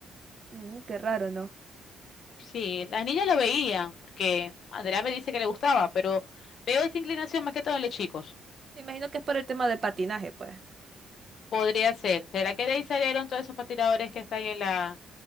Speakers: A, on the right; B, on the left.
A: Mm, qué raro, ¿no?
B: Sí, las niñas lo veían, porque Andrea me dice que le gustaba, pero veo esa inclinación más que todo en los chicos.
A: Me imagino que es por el tema del patinaje, pues.
B: Podría ser. ¿Será que de ahí salieron todos esos patiradores que están ahí en la,